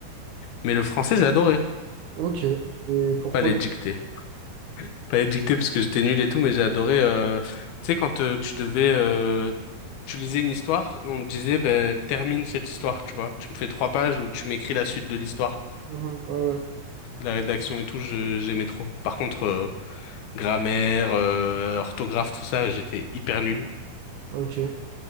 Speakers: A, on the left; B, on the right.
A: Mais le français, j'ai adoré.
B: Ok. Et pourquoi?
A: Pas les dictées. Pas les dictées, parce que j'étais nul et tout, mais j'ai adoré... euh, Tu sais, quand euh, tu devais... euh, Tu lisais une histoire, et on te disait, ben, termine cette histoire, tu vois. Tu me fais trois pages où tu m'écris la suite de l'histoire.
B: Mhm, ouais,
A: La rédaction et tout, je- j'aimais trop. Par contre, euh, grammaire, euh, orthographe, tout ça, j'étais hyper nul.
B: ouais. Ok.